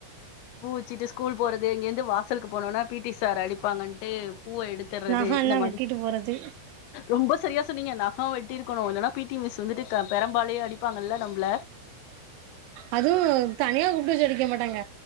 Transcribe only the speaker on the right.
நகல்லாம்
வெட்டிட்டு போறது
அதுவு தனியா கூப்ட்டு வச்சு அடிக்க மாட்டாங்க